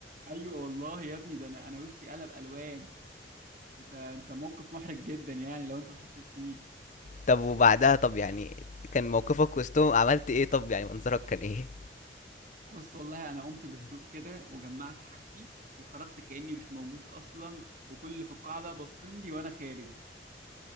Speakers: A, on the right; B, on the left.
A: ايوه والله يا ابني ده انا انا وشي قلب الوان انت انت موقف محرج جدا يعني لو انت اتحطيت فيه
B: طب وبعدها طب يعني كان موقفك وسطهم عملت ايه طب يعني منظرك كان ايه
A: بص والله انا قمت بهدوء كده وجمعت حاجتي وخرجت كأني مش موجود اصلا وكل اللي في القاعة بقى باصين لي وانا خارج